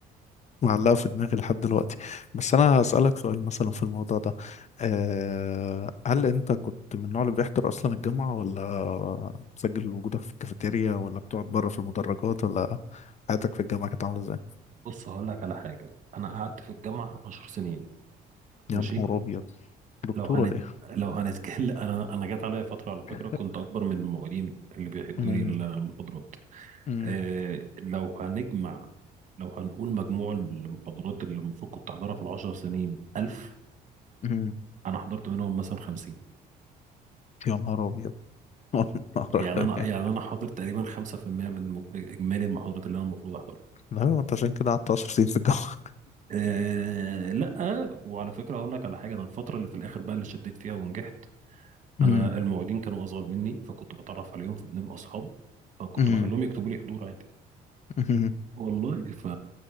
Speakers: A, on the left; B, on the right.
A: معلقة في دماغي لحد دلوقتي بس أنا هسألك سؤال مثلا في الموضوع ده أه هل أنت كنت من النوع اللي بيحضر أصلا الجامعة ولا مسجل وجودك في الكافيتيريا ولا بتقعد بره في المدرجات ولا حياتك في الجامعة كانت عاملة إزاي؟
B: بص هقول لك على حاجة أنا قعدت في الجامعة 10 سنين ماشي
A: يا نهار أبيض دكتور
B: لو هنت
A: ولا إيه؟
B: لو هنتكلم <laughs> أنا أنا جت عليا فترة على فكرة
A: <laughs>
B: كنت أكبر من المعيدين اللي بيحدوني
A: أمم،
B: المحاضرات
A: أمم،
B: إيه لو هنجمع لو هنقول مجموع المحاضرات اللي المفروض كنت أحضرها في العشر سنين 1000
A: أمم.
B: أنا حضرت منهم مثلا 50
A: يا نهار أبيض <laughs> يا نهار
B: يعني
A: أبيض.
B: أنا يعني أنا حاضر تقريبا 5% من م- إجمالي المحاضرات اللي أنا المفروض أحضرها
A: لا ما أنت عشان كده قعدت 10 سنين في الجامعة
B: إيه لا وعلى فكرة هقول لك على حاجة أنا الفترة اللي في الآخر بقى اللي شديت فيها ونجحت
A: <laughs>
B: انا
A: أمم،
B: المعيدين كانوا اصغر مني فكنت بتعرف عليهم فبنبقى اصحاب فكنت
A: أمم،
B: بخليهم يكتبوا لي حضور عادي
A: أمم،
B: والله ف